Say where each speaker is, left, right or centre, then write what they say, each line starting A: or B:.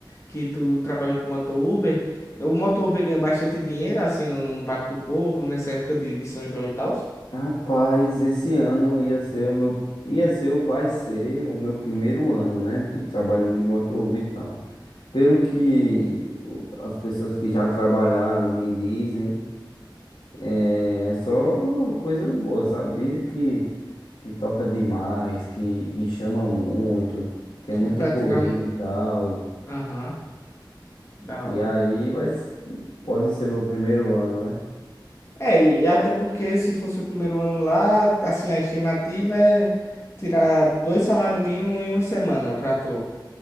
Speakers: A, on the left; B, on the left.
A: que tu trabalhou com moto Uber. O moto Uber ganha bastante dinheiro, assim, no, no Pacto do Povo, nessa época de, de São João e tal.
B: Rapaz, esse ano ia ser o meu, ia ser ou vai ser o meu primeiro ano, né, de- trabalhando de motorhome e tal. Pelo que o- as pessoas que já trabalharam me dizem, É, é só coisas boas, sabe? Dizem que, que toca demais, que, que chama muito, que é muito
A: Dá pra
B: corrida
A: tirar um.
B: e tal.
A: Aham, da
B: E
A: hora.
B: aí, mas pode ser meu primeiro ano, né?
A: É, e até porque se fosse o primeiro ano lá, assim, a estimativa é tirar dois salários mínimos em uma semana pra tu.